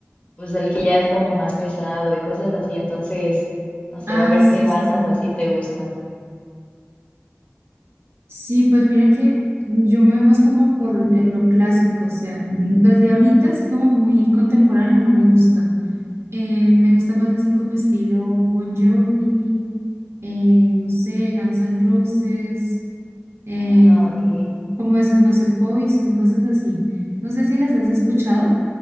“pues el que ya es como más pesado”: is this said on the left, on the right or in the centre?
Left